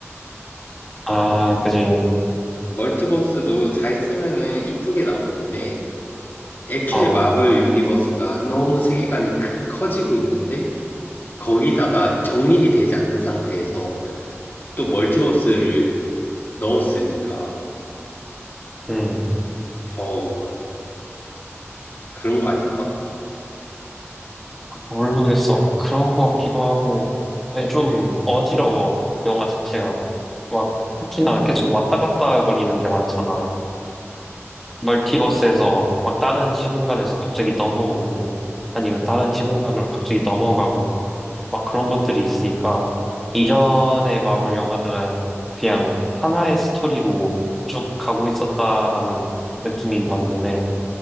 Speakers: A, in the centre; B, on the left (about 45°).
A: 아, 그지.
B: 멀티버스도 잘 쓰면은 이쁘게 나오는데 애초에
A: 어,
B: 마블 유니버스가 너무 세계관이 크- 커지고 있는데 거기다가 정립이 되지 않는 상태에서 또 멀티버스를 넣었으니까
A: 음.
B: 더막 그런 거 아닐까?
A: 모르겠어. 그런 것 같기도 하고. 근데 좀 어지러워. 영화 자체가. 막, 특히나 계속 왔다 갔다 거리는 게 많잖아. 멀티버스에서 막 다른 시공간에서 갑자기 넘어오고 아니면 다른 시공간으로 갑자기 넘어가고 막 그런 것들이 있으니까 이전의 마블 영화들은 그냥 하나의 스토리로 쭉 가고 있었다라는 느낌인 반면에